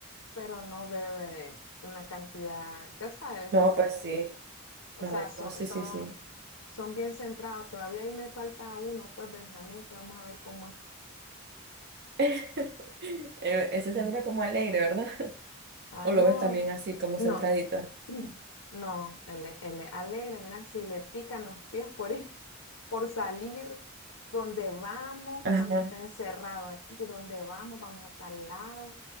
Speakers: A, on the left (about 90°); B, on the right (about 50°).
A: pero no bebe una cantidad, ya sabes,
B: No, pues sí,
A: o
B: no,
A: sea, son,
B: no, sí,
A: son,
B: sí, sí.
A: son bien centrados, todavía ahí me falta uno, pues Benjamín, que vamos a ver cómo es.
B: <laughs> Eh, Ese se mira como alegre, ¿verdad? <laughs>
A: Ah,
B: ¿O
A: no.
B: lo ves también así, como
A: No,
B: centradito?
A: <clears throat> No, él, es- él es alegre, mira, si le pican los pies por ir, <laughs> por salir, donde vamos,
B: Ajá,
A: cuando esté encerrado aquí, donde vamos, vamos a tal lado,